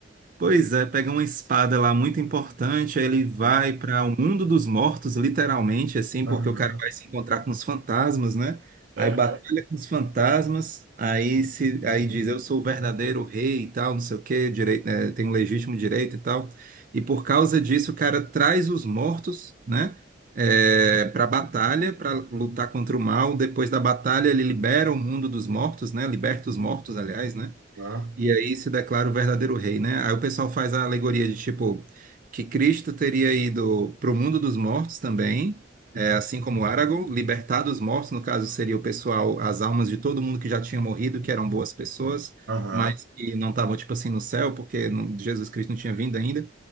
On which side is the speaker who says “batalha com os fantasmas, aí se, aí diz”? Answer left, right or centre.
Right